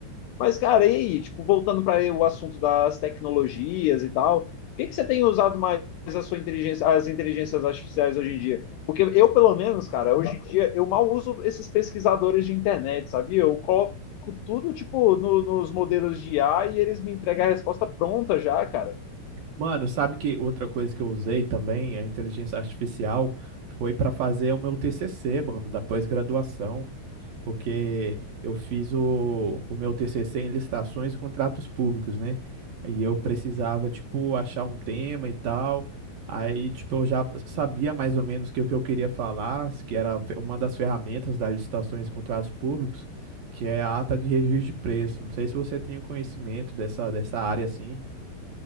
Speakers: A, on the left; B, on the right.
A: Mas, cara, e aí, tipo, voltando para o assunto das tecnologias e tal, o que que você tem usado mais a sua inteligência, as inteligências artificiais hoje em dia? Porque eu, pelo menos, cara, hoje em dia eu mal uso esses pesquisadores de internet, sabia? Eu coloco tudo, tipo, no- nos modelos de IA e eles me entregam a resposta pronta já, cara.
B: Mano, sabe que outra coisa que eu usei também, a inteligência artificial, foi para fazer o meu TCC, mano, da pós-graduação, porque eu fiz o, o meu TCC em licitações e contratos públicos, né? E eu precisava, tipo, achar um tema e tal. Aí, tipo, eu já sabia mais ou menos que o que eu queria falar, que era fe- uma das ferramentas das licitações e contratos públicos, que é a ata de registro de preço. Não sei se você tem o conhecimento dessa, dessa área assim.